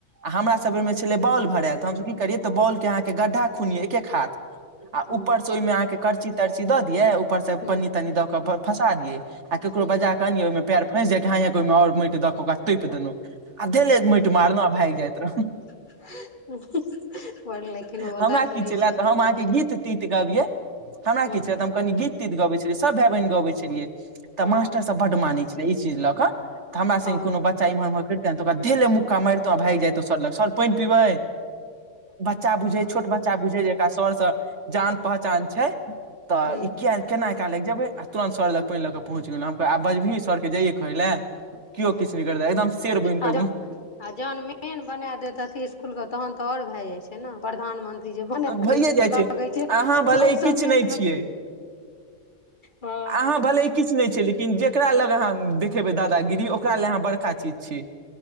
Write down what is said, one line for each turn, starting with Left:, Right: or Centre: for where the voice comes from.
Right: आ हमरा सभ बेरमे छलै बाउल भरायल तऽ हमरा सभी करियै तऽ बॉलके अहाँके गड्ढा खुनियै एक एक हाथ आ
Left: हूँ
Right: ऊपर से ओहिमे अहाँके करर्ची तर्ची दऽ दियै ऊपर से
Left: हूँ
Right: पन्नी तन्नी दऽ कऽ फंसा दिये आ केकरो
Left: हूँ
Right: बजाकऽ अनियै ओहिमे पैर फँसि जाय कि हांय हांय के ओहिमे और माटि दऽ कऽ ओकरा तोपि देलहु आ धैले माटि मारलहुँ आ भागि जाइत रहलौं
Left: <inaudible> लेकिन ओ
Right: हमरा
Left: लाइफ रहै
Right: किछ ले
Left: छै से
Right: तऽ हम
Left: बड़
Right: अहाँके
Left: नीक
Right: गीत तीत गबियै हमरा
Left: हूँ
Right: कि छै
Left: हूँ
Right: हम कनी गीत गबै छलियै सभ भाय बहिन गबै छलियै तऽ
Left: हँ
Right: मास्टरसभ बड्ड मानै छलै ई चीज लऽ कऽ तऽ हमरा
Left: हँ
Right: संगे कोनो बच्चा इम्हर उम्हर करितेै तऽ ओकरा धैलै मुक्का मारितौं आ भागि जैतौं सर लग सर पइन पीबै बच्चा बुझै छोट बच्चा बुझै जेकरा सरसँ जान पहचान छै तऽ
Left: हूँ
Right: केना एकरा लग जेबे आ तुरंत सर लग पइन लऽ कऽ पहुंच गेलौं हम आब बजबही सरके जइयए खााय लए केओ किछु नहि करत एकदम शेर बुनि
Left: आरो
Right: कऽ ग
Left: आ जहन मेन बना देैत अथि इस्कुलके तहन तऽ आओर भए जाइत छै ने प्रधानमंत्री जे बना
Right: भइए
Left: दैत छै
Right: जाइ
Left: लगै छै
Right: अहाँ
Left: सब
Right: भले
Left: समय
Right: किछु नहि छियै
Left: हँ
Right: अहाँ भले किछु नहि छै लेकिन जेकरा लग अहाँ देखेबै दादागिरी ओकरा लग अहाँ बड़का चीज छियै